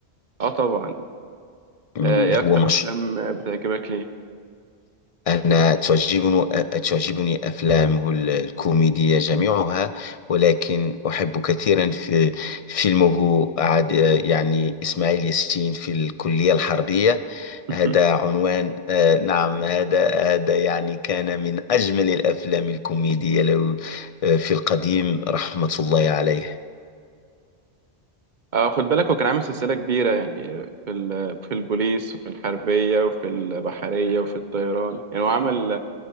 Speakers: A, on the right; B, on the left.
A: اه طبعا
B: مم،
A: آه ايه اكتر
B: هو مش
A: افلام بتعجبك ليه
B: أنا تعجبني تعجبني أفلامه ال- الكوميدية جميعها ولكن أحب كثيرا في فيلمه عاد يعني إسماعيل ياسين في الكلية الحربية
A: <laughs>
B: هذا عنوان آه، نعم هذا هذا يعني كان من أجمل الأفلام الكوميدية له آه، في القديم رحمة الله عليه
A: آه خد بالك هو كان عامل سلسله كبيره يعني في ال- في البوليس وفي الحربيه وفي البحريه وفي الطيران يعني هو عمل